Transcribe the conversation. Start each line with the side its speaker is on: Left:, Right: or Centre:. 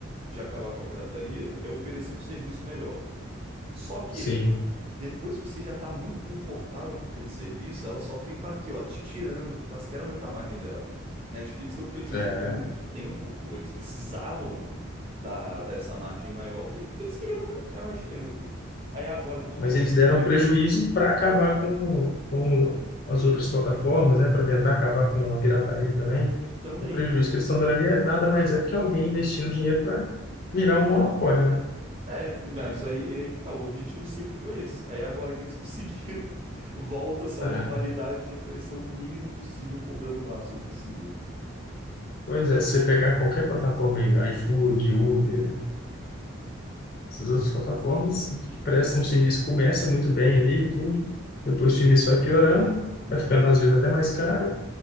Right: de acabar com a pirataria é oferecer um serviço melhor. Só que,
Left: sim.
Right: depois que você já está muito confortável com aquele serviço, ela só fica aqui, ó, te tirando, porque elas querem aumentar a margem dela. Netflix deu prejuízo
Left: é.
Right: por muito tempo, pô. Eles precisavam da, dessa margem maior, pra, porque eles queriam ganhar mais dinheiro, pô. Aí agora que tem
Left: Mas
Right: um monte
Left: eles deram
Right: de gente
Left: prejuízo para acabar com, com as outras plataformas, né? Para tentar acabar com a pirataria também.
Right: também.
Left: O prejuízo que eles estão dando ali é nada mais é do que alguém investindo dinheiro para virar um monopólio, né?
Right: É, mas aí, é aí que tá, o objetivo sempre foi esse. Aí agora que eles conseguiram, <laughs> volta-se à
Left: É,
Right: normalidade de oferecer o mínimo possível, cobrando o máximo possível.
Left: pois é, se você pegar qualquer plataforma aí, iFood, Uber, Essas outras plataformas que prestam um serviço, começa muito bem ali e tudo, depois o serviço vai piorando, vai ficando às vezes até mais caro,